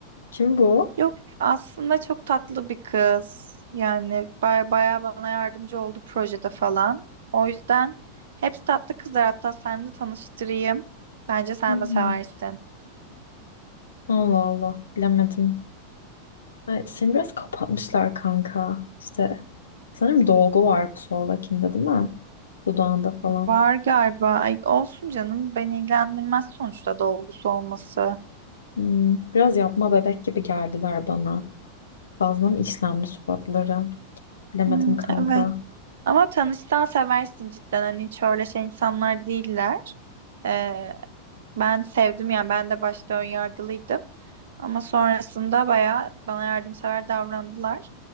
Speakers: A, on the left (about 70°); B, on the right (about 60°).
A: Kim bu?
B: Yok aslında çok tatlı bir kız. Yani baya, baya bana yardımcı oldu projede falan. O yüzden hepsi tatlı kızlar. Hatta sen de tanıştırayım. Bence sen
A: Hmm.
B: de seversin.
A: Allah Allah. Bilemedim. Ay, seni biraz kapatmışlar kanka. İşte sanırım dolgu var bu soldakinde değil mi? Dudağında falan.
B: Var galiba. Ay, olsun canım. Beni ilgilendirmez sonuçta dolgusu olması.
A: Hmm, biraz yapma bebek gibi geldiler bana. Fazla mı işlemli suratları? Bilemedim
B: Hmm,
A: kanka.
B: evet. Ama tanışsan seversin cidden hani hiç öyle şey insanlar değiller. Ee, ben sevdim yani ben de başta ön yargılıydım. Ama sonrasında bayağı bana yardımsever davrandılar.